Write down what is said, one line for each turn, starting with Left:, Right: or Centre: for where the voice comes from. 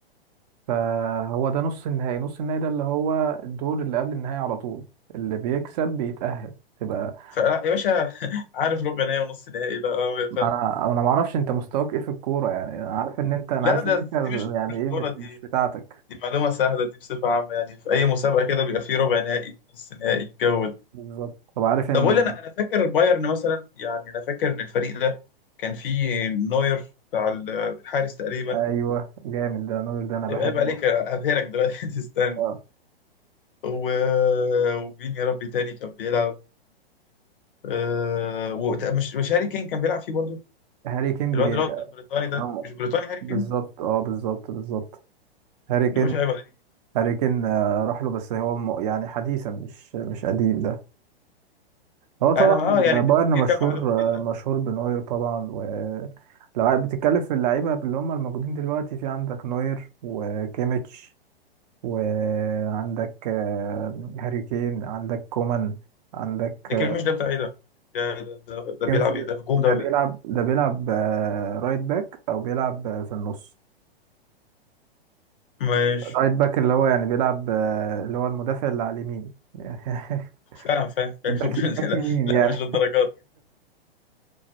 Right: فهو ده نص النهائي نص النهائي ده اللي هو الدور اللي قبل النهائي على طول اللي بيكسب بيتأهل تبقى
Left: ف- آه، يا باشا <laughs> عارف ربع نهائي ونص نهائي بقى آه، فاهم
Right: انا انا ما اعرفش انت مستواك ايه في الكوره يعني انا عارف ان انت انا
Left: لا
Right: عارف
Left: ده
Right: ان انت
Left: دي مش
Right: يعني
Left: مش
Right: ايه
Left: كورة
Right: مت-
Left: دي
Right: مش بتاعتك
Left: دي معلومة سهلة دي بصفة عامة يعني في
Right: <laughs>
Left: أي مسابقة كده بيبقى فيه ربع نهائي نص نهائي الجو ده
Right: بالظبط طب عارف ان
Left: طب قول لي أنا أنا فاكر بايرن مثلا يعني أنا فاكر إن الفريق ده كان فيه نوير بتاع ال- الحارس تقريبا
Right: ايوه جامد ده نوير ده انا بحبه
Left: هيبقى عيب عليك هبهرك دلوقتي <laughs> تستنى
Right: آه.
Left: و... ومين يا ربي تاني كان بيلعب أه... و... مش مش هاري كين كان بيلعب فيه برضه
Right: هاري كين
Left: الواد
Right: بيجي...
Left: اللي هو البريطاني
Right: اه
Left: ده مش بريطاني هاري
Right: بالظبط
Left: كين
Right: اه بالظبط بالظبط هاري كين
Left: ده مش عيب عليك
Right: هاري كين آه، راح له بس هو م... يعني حديثا مش مش قديم ده هو طبعا
Left: أنا ما آه يعني
Right: بايرن مشهور
Left: في كام معلومة كده
Right: آه، مشهور بنوير طبعا ولو بتتكلم في اللعيبه اللي هم الموجودين دلوقتي في عندك نوير وكيميتش وعندك آه، هاري كين عندك كومان عندك
Left: لكن مش ده بتاع إيه ده ده, ده, ده, ده
Right: جيمس
Left: بيلعب
Right: ده
Left: إيه ده هجوم
Right: ده
Left: ده ولا
Right: بيلعب ده بيلعب آه، رايت باك او بيلعب آه، في النص
Left: ماشي
Right: رايت باك اللي هو يعني بيلعب آه، اللي هو المدافع اللي على اليمين <laughs>
Left: فاهم فاهم فاهم
Right: باك
Left: <laughs>
Right: باك
Left: لا
Right: يمين
Left: لا
Right: يعني
Left: مش للدرجات